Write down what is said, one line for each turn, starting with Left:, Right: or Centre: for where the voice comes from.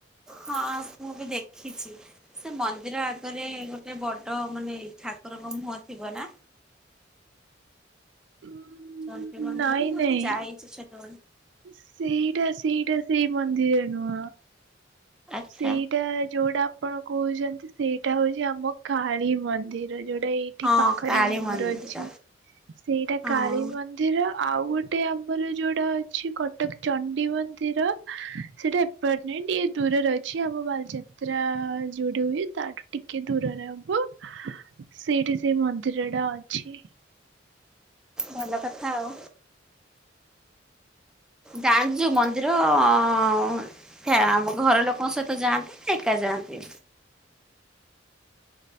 Centre: ହଁ ମୁଁ ବି ଦେଖିଛି। ସେ ମନ୍ଦିର ଆଗରେ ଗୋଟେ ବଡ ମାନେ ଠାକୁରଙ୍କ ମୁହଁ ଥିବ ନା?
Right: ଉଁ,
Centre: ଚଣ୍ଡୀ ମନ୍ଦିର
Right: ନାଇଁ
Centre: ମୁଁ ମଧ୍ଯ
Right: ନାଇଁ
Centre: ଯାଇଛି ଛୋଟବେଳୁ।
Right: ସେଇଟା ସେଇଟା ସେଇ ମନ୍ଦିର ନୁହଁ।
Centre: ଆଚ୍ଛା।
Right: ସେଇ ଟା ଯୋଉଟା ଆପଣ କହୁଛନ୍ତି ସେଇଟା ହଉଛି ଆମ କାଳୀ ମନ୍ଦିର, ଯୋଉଟା ଏଇ ଠି
Centre: ହଁ
Right: ପାଖରେ
Centre: କାଳୀ
Right: ହିଁ ଆମର
Centre: ମନ୍ଦିର
Right: ଅଛି। ସେଇଟା
Centre: ହଁ
Right: କାଳୀମନ୍ଦ ନ୍ଦିର ଆଉ ଗୋଟେ ଆମର ଯୋଉଟା ଅଛି କଟକଚଣ୍ଡୀ ମନ୍ଦିର ସେଇଟା ଏ <unintelligible> ଦୂରରେ ଅଛି, ଆମ ବାଲିଯାତ୍ରା ଯେଉଠି ହୁଏ ତାଠୁ ଟିକେ ଦୂରରେ ହବ। ସେଇଠି ସେଇ ମନ୍ଦିର ଟା ଅଛି।
Centre: ଭଲ କଥା ଆଉ। ଯାଆନ୍ତି ଯେ ମନ୍ଦିର ଅଁ, ହେ ଆମ ଘର ଲୋକ ଙ୍କ ସହିତ ଯାଆନ୍ତି ନା ଏକା ଯାଆନ୍ତି?